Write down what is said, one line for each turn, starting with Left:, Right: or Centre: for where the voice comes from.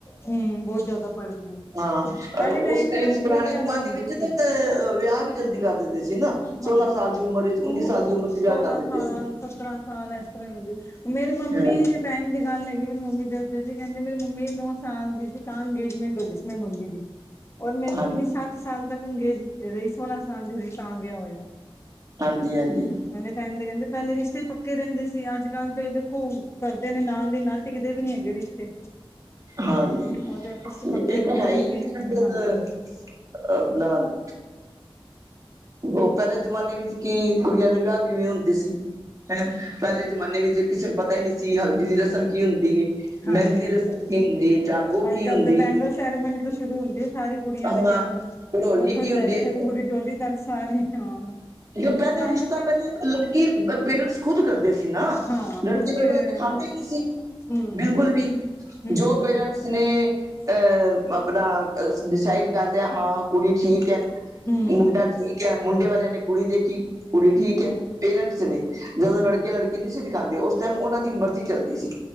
Left: ਹੂੰ ਬਹੁਤ ਜ਼ਿਆਦਾ ਪੜ ਗਈਆਂ
Right: ਹਾਂ,
Left: ਪਹਿਲੇ
Right: ਓਸ ਟਾਈਮ
Left: ਤੇ ਅੱਕ ਬਹੁਤ
Right: ਪੁਰਾਨੇ
Left: ਜ਼ਿਆਦਾ
Right: ਜ਼ਮਾਨੇ
Left: ਹੁੰਦੀ
Right: ਵਿੱਚ
Left: ਸੀ।
Right: ਤੇ ਤੇ ਵਿਆ ਜਲਦੀ ਕਰ ਦਿੰਦੇ ਸੀ ਨਾ, ਸੋਲਾਂ
Left: ਹਾਂ
Right: ਸਾਲ ਦੀ ਉਮਰ ਉੱਨੀ
Left: ਹੁਣ
Right: ਸਾਲ ਦੀ ਉਮਰ
Left: ਸੋਲਾਂ
Right: ਚ ਵਿਆਹ ਕਰ ਦਿੰਦੇ
Left: ਸਾਲ
Right: ਸੀ।
Left: ਸਾਲ ਇਸ ਤਰਾਂ ਹੁੰਦੀ ਮੇਰੀ ਮੰਮੀ
Right: ਹਮ
Left: ਟਾਈਮ ਦੀ ਗੱਲ ਹੈਗੀ ਏ ਮੇਰੀ ਮੰਮੀ ਜੱਦ ਕੈਂਦੀ ਮੇਰੀ ਮੰਮੀ ਨੌ ਸਾਲ ਦੀ ਸੀ ਤਾਂ ਅੰਗੇਜਮੈਂਟ ਹੋਗੀ ਸੀ ਮੇਰੀ ਮੰਮੀ ਦੀ। ਔਰ ਮੇਰੀ ਮੰਮੀ
Right: ਹਾਂਜੀ
Left: ਸੱਤ ਸਾਲ ਤੱਕ ਅੰਗੇਜ ਰਈ ਸੋਲਾਂ ਸਾਲ ਦੀ ਹੋਈ ਤਾਂ ਵਿਆਹ ਹੋਇਆ।
Right: ਹਾਂਜੀ -ਹਾਂਜੀ।
Left: ਏਨੇ ਟਾਈਮ ਦੇ ਕੈਂਦੇ ਪੈਲੇ ਰਿਸ਼ਤੇ ਈ ਪੱਕੇ ਰੈਂਦੇ ਸੀ ਅੱਜਕੱਲ ਤੇ ਦੇਖੋ ਕਰਦੇ ਨੇ ਨਾਲ ਦੀ ਨਾਲ ਟਿਕਦੇ ਵੀ ਨੀ ਹੈਗੇ ਰਿਸ਼ਤੇ।
Right: ਹਾਂਜੀ।
Left: ਉਹ ਤੇ ਆਪਸ ਚ ਪੱਕੇ
Right: ਏ
Left: ਹੋ
Right: ਤੇ ਹੈਈਏ,
Left: ਜਾਣਗੇ
Right: ਜੱਦ
Left: ਹਾਂ ਹੂੰ
Right: <inaudible> ਓਹ ਪੈਲੇ ਜ਼ਮਾਨੇ ਵਿੱਚ ਕੀ ਕੁੜੀਆਂ ਦੇ ਵਿਆਹ ਕਿਵੇਂ ਹੁੰਦੇ ਸੀ ਹੈਂ ਪੇਲੇ ਜ਼ਮਾਨੇ ਵਿੱਚ ਕਿਸੇ ਨੂੰ ਪਤਾ ਈ ਨੀ ਸੀ ਹਲਦੀ ਦੀ ਰਸਮ ਕੀ ਹੁੰਦੀ ਏ।
Left: ਹਾਂਜੀ
Right: ਮੈਂਦੀ ਦੀ
Left: ਹਾਂਜੀ,
Right: ਰਸਮ ਕੀ ਹੂੰਦੀ ਏ ਜਾਗੋ
Left: ਅੱਜ
Right: ਕੀ
Left: ਕੱਲ
Right: ਹੁੰਦੀ
Left: ਤੇ ਬੈਂਗਲ
Right: ਏ।
Left: ਸੈਰੇਮਨੀ ਤੋਂ ਸ਼ੁਰੂ ਹੁੰਦੀ ਏ। ਸਾਰੀ ਕੁੜੀਆਂ
Right: ਹਾਂ
Left: ਦੇ ਵਿਆਹ ਦੀ
Right: ਘੜੋਲੀ
Left: ਓੱਥੋਂ
Right: ਕੀ
Left: ਦੀ ਲੈਕੇ
Right: ਹੁੰਦੀ ਹੈ
Left: ਫੇਰ ਪੂਰੀ ਡੋਲੀ ਤੱਕ ਸਾਰੀ ਹਾਂ।
Right: ਜੇ ਪੈਲੇ
Left: ਸਾਨੂੰ
Right: ਰਿਸ਼ਤਾ,
Left: ਤਾਂ ਪਹਿਲ
Right: ਪੈਲੇ ਲੜਕੀ ਪੇਰੈਂਟਸ ਖੁਦ ਕਰਦੇ ਸੀ ਨਾ
Left: ਹਾਂ
Right: ਲੜਕੀ
Left: ਪੁੱਛ
Right: <unintelligible>
Left: ਕੇ
Right: ਦਿਖਾਂਦੇ
Left: ਹਾਂ
Right: ਈ ਨੀ ਸੀ
Left: ਹੂੰ
Right: ਬਿਲਕੁਲ ਵੀ
Left: ਹੂੰ
Right: ਜੋ ਪੇਰੈਂਟਸ ਨੇ ਅ ਆਪਨਾ ਡਿਸਾਈਡ ਕਰ ਲੇਯਾ, ਹਾਂ ਕੁੜੀ ਠੀਕ ਐ,
Left: ਹੂੰ
Right: ਮੁੰਡਾ ਠੀਕ ਹੈ ਮੁੰਡੇ ਵਾਲਿਆਂ ਨੇ ਕੁੜੀ ਦੇਖੀ ਕੁੜੀ ਠੀਕ
Left: ਹੂੰ
Right: ਹੈ ਪੇਰੈਂਟਸ ਨੇ ਜਦੋਂ
Left: ਹੂੰ
Right: ਲੜਕੇ ਲੜਕੇ ਕਿ ਨਹੀਂ ਸੀ ਦਿਖਾਉਂਦੇ ਉਸ ਟਾਈਮ ਉਹਨਾਂ ਦੀ ਮਰਜ਼ੀ ਚੱਲਦੀ ਸੀ